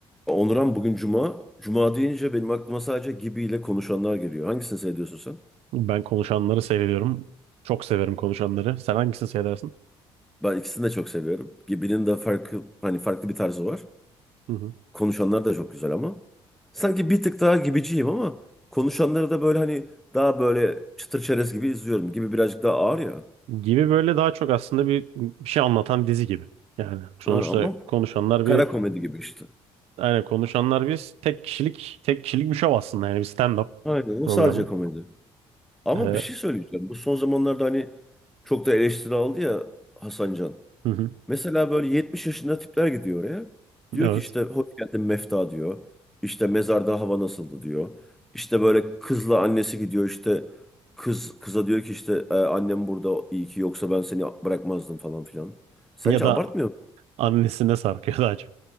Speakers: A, in the centre; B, on the right.
A: Onuran bugün Cuma. Cuma deyince benim aklıma sadece Gibi ile konuşanlar geliyor. Hangisini seviyorsun sen?
B: Ben konuşanları seviyorum. Çok severim konuşanları. Sen hangisini seversin?
A: Ben ikisini de çok seviyorum. Gibi'nin de farklı hani farklı bir tarzı var.
B: Hı hı.
A: Konuşanlar da çok güzel ama. Sanki bir tık daha gibiciyim ama konuşanları da böyle hani daha böyle çıtır çerez gibi izliyorum. Gibi birazcık daha ağır ya.
B: Gibi böyle daha çok aslında bir, bir şey anlatan bir dizi gibi. Yani sonuçta
A: Ha, ama
B: konuşanlar
A: kara
B: bir
A: komedi gibi işte.
B: yani konuşanlar bir tek kişilik tek kişilik bir şov aslında yani bir stand-up
A: Aynen o
B: programı.
A: sadece komedi. Ama
B: Ee, hı
A: bir şey söyleyeceğim. Bu son zamanlarda hani çok da eleştiri aldı ya Hasan Can.
B: hı.
A: Mesela böyle 70 yaşında tipler gidiyor oraya. Diyor
B: Evet.
A: ki işte hoş geldin Mefta diyor. İşte mezarda hava nasıldı diyor. İşte böyle kızla annesi gidiyor işte kız kıza diyor ki işte "E, annem burada iyi ki yoksa ben seni bırakmazdım falan filan. Sence
B: Ya da
A: abartmıyor mu?
B: annesine sarkıyor <laughs> daha çok.